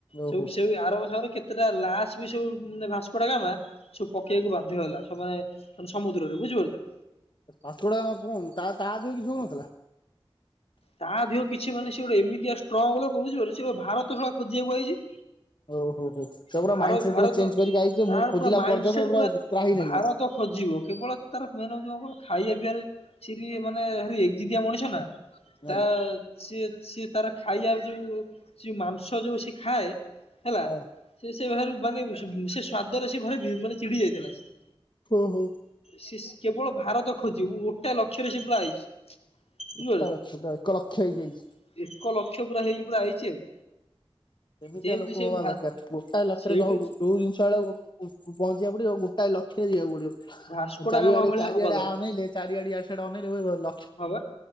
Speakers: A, on the left; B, on the left.
A: ଓହୋ।
B: ସେଉ ସେଉ ଆରବ ଶାଗର ରେ କେତେଟା ଲାସ୍ ବି ସବୁ ଭାସ୍କୋଡାଗାମା। ସବୁ ପକେଇବାକୁ ବାଧ୍ୟ ହେଲା ସବୁ ମାନେ ମାନେ ସମୁଦ୍ରରେ ବୁଝିପାରୁଛ।
A: ଭାସ୍କୋଡା ଗାମା କଁ ତା ତା ଦେହ କିଛି ହଉନଥିଲା।
B: ତା ଦେହ କିଛି ମାନେ ସେ ଗୋ ଟେ ଏମିତିଆ ଷ୍ଟ୍ରଙ୍ଗ ଲୋକ ବୁଝି ପାରୁଛ ସିଏ ବା ଭାରତ ଶଳା ଖୋଜିବାକୁ ଆଇଛି।
A: ଓହୋ ହୋ ହୋ ସେ ପୁରା
B: ଭାର
A: ମାଇଣ୍ଡ ସେଟ
B: ଭାରତ
A: ପୁରା ଚେଞ୍ଜ କରିକି ଆଇଛି ଯେ
B: ତାର
A: ମୁଁ ଖୋଜିଲା
B: ପୁରା ମାଇଣ୍ଡ
A: ପର୍ଯ୍ୟନ୍ତ
B: ସେଟ ପୁରା
A: ତ୍ରାହି ନେବି
B: ଭାରତ।
A: ନାହିଁ।
B: ଖୋଜିବ କେବଳ ତାର ମେନ ହଉଛି କଁ କହିଲ ଖାଇବା ପିଇବା ରେ ସିଏ ଟିକେ ମାନେ ଭାରି ଏକ ଜିଦିଆ ମଣିଷ ନା।
A: ହଁ
B: ତା ସିଏ ସିଏ ତାର ଖାଇବା ଯୋଉ ସିଏ ମାଂସ ଯୋଉ ସିଏ ଖାଏ। ହେଲା
A: ହଁ
B: ସିଏ ସିଏ ଭାରି ମାନେ ସେ ସ୍ଵାଦରେ ସେ ଭାରି ମାନେ ଚିଡି ଯାଇଥିଲା ସିଏ।
A: ହୁଁ ହୁଁ।
B: ସିଏ ସ୍ କେବଳ ଭାରତ ଖୋଜିବୁ ଗୋଟା ଲକ୍ଷ୍ୟରେ ସିଏ ପୁରା ଆଇଛି।
A: ଗୋଟା
B: ବୁଝିପାରୁଛ
A: ଲକ୍ଷ ପୁରା ଏକ ଲକ୍ଷ ହେଇକି
B: ଗୋ
A: ଆଇଛି।
B: ଏକ ଲକ୍ଷ ପୁରା ହେଇକି ପୁରା ଆଇଛି ଆଉ।
A: ସେମିତିଆ
B: ଯେମିତି
A: ଲୋକ
B: ସେ
A: ହବା
B: ଭା
A: ଦରକାର ଗୋଟାଏ ଲକ୍ଷରେ
B: ସେଇଠୁ
A: ରହୁ। ଯୋଉ ଜିନିଷ ଟାକୁ ପ ପହଞ୍ଚିବାକୁ ପଡିବ ଆଉ ଗୋଟାଏ ଲକ୍ଷ୍ୟରେ ଯିବାକୁ ପଡିବ।
B: ଭାସ୍କୋଡା
A: ଚାରିଆଡେ
B: ଗାମା ଭଳିଆ
A: ଚାରିଆଡେ
B: ହବା
A: ଆଉ ଅନେଇଲେ ଚାରିଆଡେ ଇଆଡେ ସିଆଡେ ଅନେଇଲେ ପୁରା ଗଲ।
B: ହଁ ବା